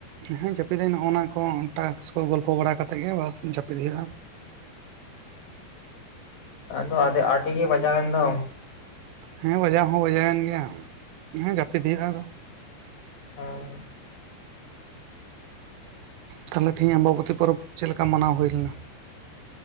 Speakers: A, on the right (about 80°); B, on the left (about 45°).
A: ᱦᱮᱸ ᱡᱟᱹᱯᱤᱫᱟᱹᱧ ᱱᱚᱜᱼᱚᱱᱟ ᱠᱚ ᱴᱟᱠᱥ ᱠᱚ ᱜᱚᱞᱯᱚ ᱵᱟᱲᱟ ᱠᱟᱛᱮᱫ ᱜᱮ ᱵᱟᱥ ᱡᱟᱹᱯᱤᱫ ᱦᱩᱭᱩᱜᱼᱟ
B: ᱚ ᱟᱫᱚ ᱟᱫᱮ ᱟᱹᱰᱤ ᱜᱮ ᱵᱟᱡᱟᱣᱮᱱ ᱫᱚ
A: ᱦᱮᱸ ᱵᱟᱡᱟᱣ ᱦᱚᱸ ᱵᱟᱡᱟᱣᱮᱱ ᱜᱮᱭᱟ ᱦᱮᱸ ᱡᱟᱹᱯᱤᱫ ᱦᱩᱭᱩᱜᱼᱟ ᱟᱫᱚ
B: ᱦᱳᱭ
A: ᱛᱟᱦᱚᱞᱮ ᱛᱮᱦᱤᱧ ᱟᱢᱵᱟᱵᱚᱛᱤ ᱯᱚᱨᱚᱵᱽ ᱪᱮᱫ ᱞᱮᱠᱟ ᱢᱟᱱᱟᱣ ᱦᱩᱭ ᱞᱮᱱᱟ?